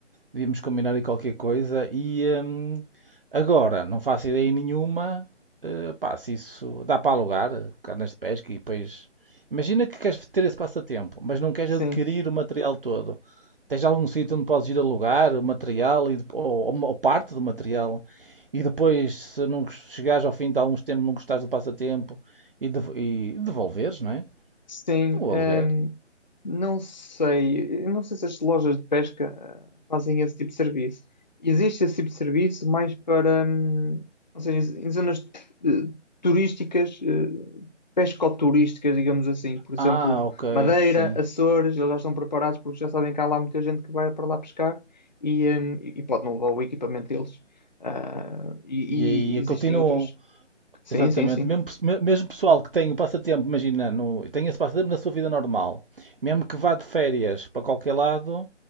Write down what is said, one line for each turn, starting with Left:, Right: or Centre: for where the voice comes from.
Right: Devíamos combinar aí qualquer coisa. E hum, agora, não faço ideia nenhuma. eh, pá, se isso dá para alugar, carnes de pesca e depois. Imagina que queres ter esse passatempo, mas não queres
Left: Sim.
Right: adquirir o material todo. Tens algum sítio onde podes ir alugar o material e, dep- ou, ou- ou parte do material. E depois, se não gos- chegares ao fim de alguns tempos, não gostares do passatempo e, dev- e devolveres, não é?
Left: Sim,
Right: O
Left: hum,
Right: aluguer.
Left: não sei, eu não sei se as lojas de pesca eh, fazem esse tipo de serviço. Existe esse tipo de serviço mais para, hum, ou seja, em zonas eh, turísticas, eh, pescoturísticas, digamos assim. Por exemplo,
Right: Ah, ok,
Left: Madeira,
Right: sim.
Left: Açores, eles já estão preparados porque já sabem que há lá muita gente que vai para lá pescar e, hum, e e pode não levar o equipamento deles. Ah, e,
Right: E
Left: e
Right: aí
Left: existem
Right: continuam.
Left: outras. Sim,
Right: Exatamente.
Left: sim, sim.
Right: Mesmo, pes- me- mesmo pessoal que tem o passatempo, imagina, no, tem esse passatempo na sua vida normal, mesmo que vá de férias para qualquer lado,